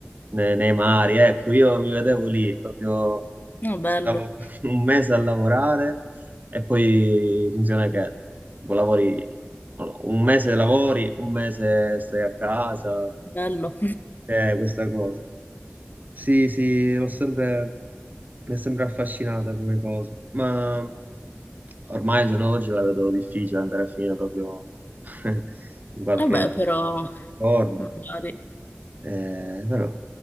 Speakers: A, on the right (about 45°); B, on the left (about 50°).
A: ne- nei, mari. Ecco, io mi vedevo lì, proprio
B: No, bello,
A: stavo <laughs> un mese a lavorare e poi funziona che tipo lavori, non lo- so, un mese lavori, un mese stai a casa,
B: bello.
A: è questa cosa. Sì, sì, l'ho sempre, mi è sempre affascinata come cosa, ma ormai al giorno d'oggi la vedo difficile andare a finire proprio <laughs> in qualche
B: Vabbè, però
A: forma,
B: magari.
A: Eh, però